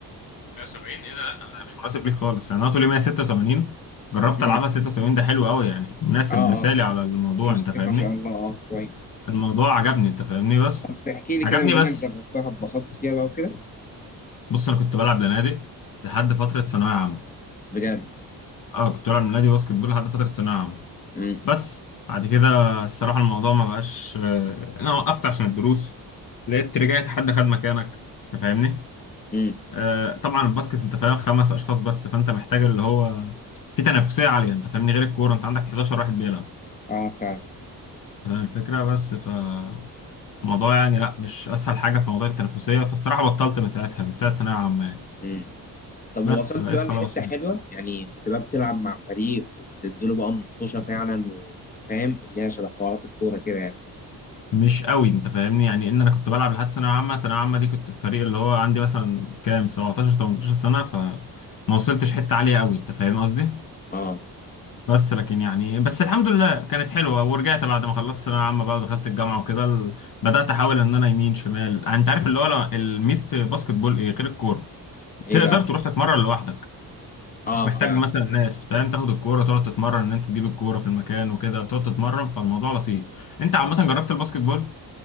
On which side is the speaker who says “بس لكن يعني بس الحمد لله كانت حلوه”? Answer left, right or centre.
Left